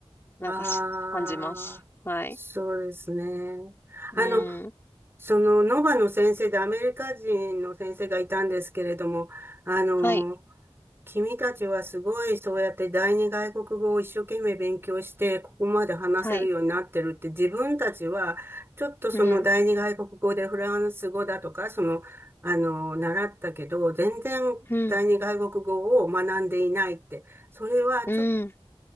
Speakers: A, on the left; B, on the right.
A: なんかし、
B: ああ、
A: 感じます。はい。
B: そうですね。
A: うん。
B: あの、その、ノバの先生でアメリカ人の先生がいたんですけれども、あの、
A: はい。
B: 君たちはすごいそうやって第二外国語を一生懸命勉強してここまで話せるようになってるって自分たちはちょっとその第二外国語でフランス語だとかそのあの習ったけど全然第二外国語を学んでいないってそれはちょっ
A: はい。うん。うん。うん。